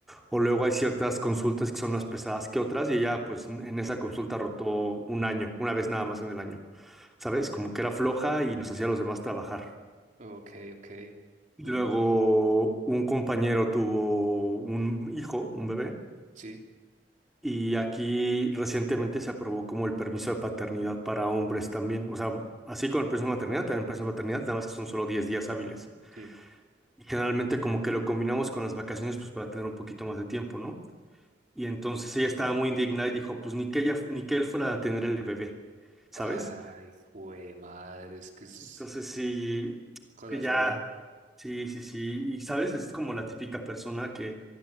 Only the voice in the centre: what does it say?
O luego hay ciertas consultas que son más pesadas que otras y ella pues en esa consulta rotó un año, una vez nada más en el año, ¿sabes? Como que era floja y nos hacía a los demás trabajar.
Y
luego
un compañero tuvo un hijo, un bebé,
y aquí recientemente se aprobó como el permiso de paternidad para hombres también. O sea, así como el permiso de maternidad, también el permiso de paternidad, nada más que son solo 10 días hábiles.
Y generalmente como que lo combinamos con las vacaciones pues para tener un poquito más de tiempo, ¿no? Y entonces ella estaba muy indignada y dijo, pues ni que ella, ni que él fuera a tener el bebé, ¿sabes?
Entonces sí,
ya,
sí, sí, sí. Y sabes, es como la típica persona que